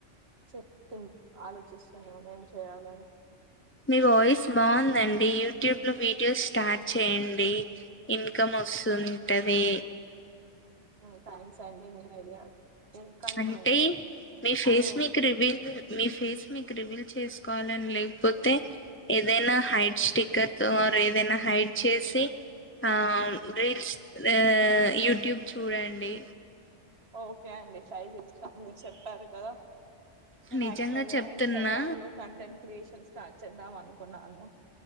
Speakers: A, on the right; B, on the left.
A: చెప్తా ఈను ఆలోచిస్తున్నాను. ఏం చేయాలని
B: మీ వాయిస్ బాగుందండి. యూట్యూబ్ లో వీడియోస్ స్టార్ట్ చేయండి. ఇన్కమ్ వస్తుంటది.
A: హ్ థ్యాంక్స్ అండి మీ ఐడియా కానీ
B: అంటే మీ ఫేస్
A: అన్
B: మీకు రివిల్ మీ ఫేస్ మీకు రివీల్ చేసుకోవాలని లేకపోతే ఏదైనా హైడ్ స్టిక్కర్ తో ఆర్ ఏదైనా హైడ్ చేసి ఆ రీల్స్ ఎ యూట్యూబ్ చూడండి.
A: ఓకే అండి ట్రై చేస్తాను. మీరు చెప్పారు కదా నేను
B: నిజంగా
A: యాక్చువల్గా
B: చెప్తున్నా
A: ఇన్స్టాగ్రామ్ లో కంటెంట్ క్రియేషన్ స్టార్ట్ చేద్దాం అనుకున్నాను.